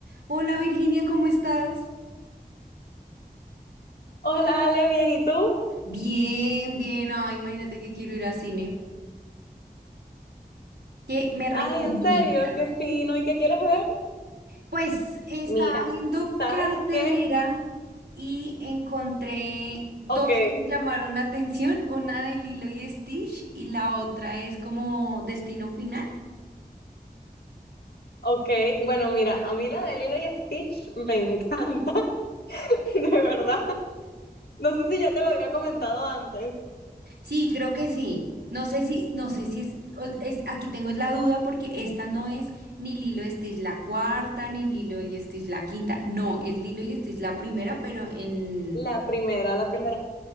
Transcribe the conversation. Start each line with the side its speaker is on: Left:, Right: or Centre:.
Right: Hola Virginia, ¿cómo estás?
Left: Hola Ale, bien, ¿y tú?
Right: Bien, bien. Ay, imagínate que quiero ir a cine. ¿Qué me recomiendas?
Left: Ay, en serio, qué fino, ¿y qué quieres ver?
Right: Pues estaba
Left: Mira,
Right: viendo
Left: ¿sabes
Right: cartelera
Left: qué?
Right: y encontré dos
Left: Ok,
Right: que me llamaron la atención, una de Lilo y Stitch y la otra es como Destino Final.
Left: ok, bueno, mira, a mí la de Lilo y Stitch me encanta, <laughs> de verdad. No sé si ya te lo había comentado antes.
Right: Sí, creo que sí. No sé si, no sé si es, o- es- aquí tengo es la duda porque esta no es ni Lilo y Stitch la cuarta, ni Lilo y Stitch la quinta. No, es Lilo y Stitch la primera, pero en...
Left: La primera, la primera.